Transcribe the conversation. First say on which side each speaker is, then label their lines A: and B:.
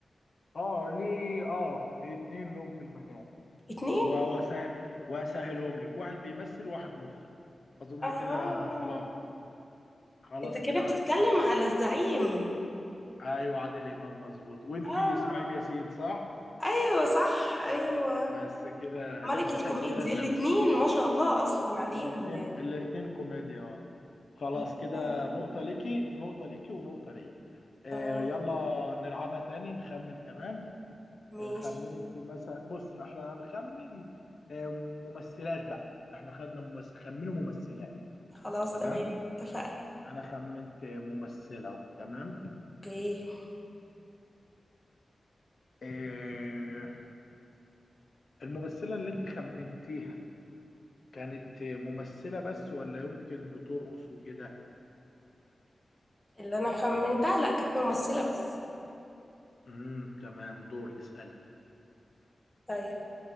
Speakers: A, on the left (about 65°); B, on the left (about 15°).
A: اه ليه اه اتنين لهم في المجال
B: اتنين
A: وأسه- واسهلهم لك واحد بيمثل وواحد مخرج اظن
B: اها
A: كده خلاص خلاص
B: انت
A: كده
B: كده بتتكلم
A: عرفتيه
B: على الزعيم
A: ايوه عادل امام مظبوط وانت
B: اه
A: اسماعيل ياسين صح
B: ايوه صح ايوه
A: بس كده
B: ملك
A: كده
B: الكوميديا
A: كده تمام
B: الاتنين ما شاء الله اصلا عليهم
A: الاثنين
B: يعني
A: الاثنين كوميديا اه خلاص
B: الاتنين
A: كده
B: عاليين.
A: نقطة ليكي نقطة ليكي ونقطة لي آه
B: تمام
A: يلا نلعبها تاني نخمن كمان
B: ماشي
A: آه خمن انت مثلا بص احنا هنخمن آه ممثلات بقى احنا خدنا ممثل خمنوا ممثلات
B: خلاص
A: تمام
B: تمام اتفقنا
A: انا خمنت ممثلة اهو تمام
B: اوكي
A: آه الممثلة اللي انت خمنتيها كانت ممثلة بس ولا يمكن بترقص وكده
B: اللي انا خمنتها لا كانت ممثلة بس
A: امم تمام دورك اسألي
B: طيب